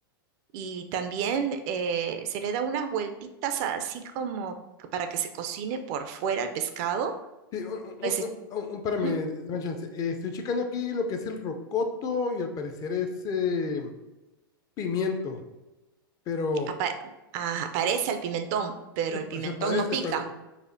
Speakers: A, on the right; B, on the left.
A: y también eh, se le da unas vueltitas así como que para que se cocine por fuera el pescado,
B: Sí, un, un-
A: pues se-
B: un- un- un- espérame,
A: ujú,
B: dame chance. Eh, estoy checando aquí lo que es el rocoto y al parecer es eh, pimiento, pero
A: apa- ah, aparece el pimentón, pero
B: se,
A: el
B: pa-
A: pimentón
B: se parece,
A: no pica.
B: pero... no-